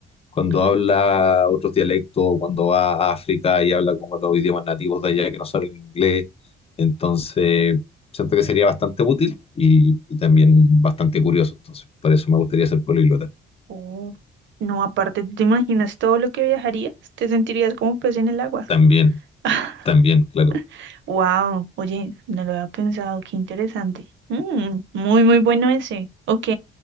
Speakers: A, on the left (about 30°); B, on the right (about 70°).
A: cuando
B: ok.
A: habla otros dialectos, o cuando va a África y habla como los idiomas nativos de allá que no son el inglés. Entonces, siento que sería bastante útil y, y también bastante curioso. Entonces, por eso me gustaría ser políglota.
B: Oh, No, aparte, ¿tú ¿te imaginas todo lo que viajarías? Te sentirías como pez en el agua.
A: También,
B: <laughs>
A: también, claro.
B: Wow, oye, no lo había pensado, qué interesante. Mm, muy, muy bueno ese. Ok.